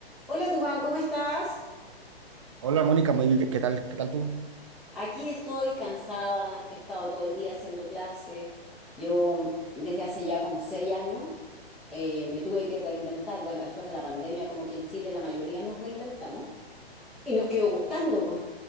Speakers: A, in the centre; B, on the right (about 30°).
A: Hola Dubán, ¿cómo estás?
B: Hola Mónica, muy bien, ¿qué tal? ¿Qué tal tú?
A: Aquí estoy cansada, he estado todo el día haciendo clases. Yo desde hace ya como seis años eh, me tuve que reinventar. Bueno, después de la pandemia, como que en Chile la mayoría nos reinventamos y nos quedó gustando, po.